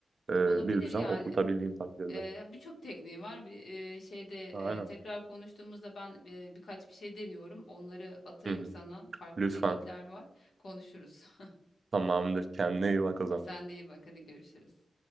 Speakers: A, on the right (about 40°); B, on the left (about 70°).
A: Eee,
B: olabilir
A: bir düzen
B: yani.
A: oturtabildiğim takdirde.
B: Ee, birçok tekniği var. Bir e, şeyde
A: Aynen.
B: e, tekrar konuştuğumuzda ben e, birkaç bir şey deniyorum. Onları atayım
A: Hı hı.
B: sana. Farklı
A: Lütfen.
B: teknikler var. Konuşuruz. <laughs>
A: Tamamdır. Kendine iyi bak o zaman.
B: Sen de iyi bak hadi görüşürüz.